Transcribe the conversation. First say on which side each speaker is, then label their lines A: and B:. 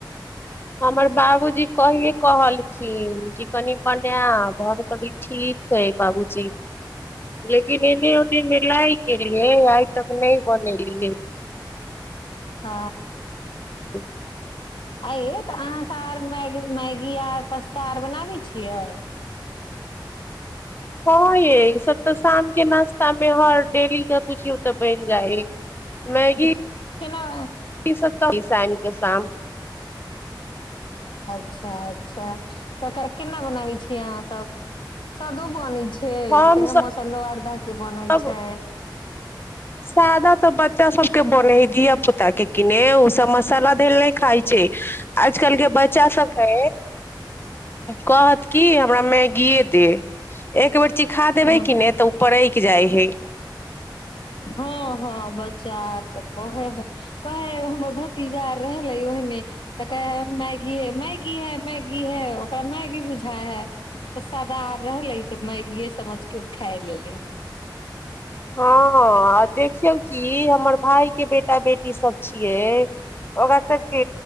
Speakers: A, on the left; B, on the left.
A: हमर बाबूजी कहिये कहलखिन क कनि बनाब हम कहली ठीक छै बाबूजी लेकिन इन्ने उन्ने मे लागि गेलिए ह आइ तक नहि बने लिय
B: हँ
A: <inaudible>
B: अइय तऽ अहाँसँ आर मैगी मैगी आर पास्ता आर बनाबै छियै
A: हँ ये ई सब तऽ शाम के नाास्ता मे हर डेली के बुझियौ तऽ बनि जाइ मैगी
B: तऽ केना
A: ई सब तं ईशाम कें शाम
B: अच्छा अच्छा तऽ केना बनाबे छीियै अहाँ सब सदो बनै छै से
A: हम
B: एतेकंग मोसम दुआर घाट के बनै
A: सब
B: छै
A: सादा तऽ बच्चा सब के बने है धिया पुता के क ओ सब मसाला देल नहि खाइ छै आजकल के बच्चा सब है कहत की हमरा मैगीए दे एक बेर चिखा देबे
B: हँ
A: किी नहि तऽ उ परैक जाइ छै <unintelligible>
B: हँ हँ बच्चा आर तऽ कहै है कहै ह हमर भतीजा आर रहलै ओहिमे तऽ कहै है मैगी मैगी है मैगी है ओकरा मैगी बुझा है तऽ सादा आर रहलै तऽ मैगीए समझ क ओ खााय लेलै
A: हँ आ देखिऔ कि हमर भाय के बेटा बेटी सब छिये ओकरा सब के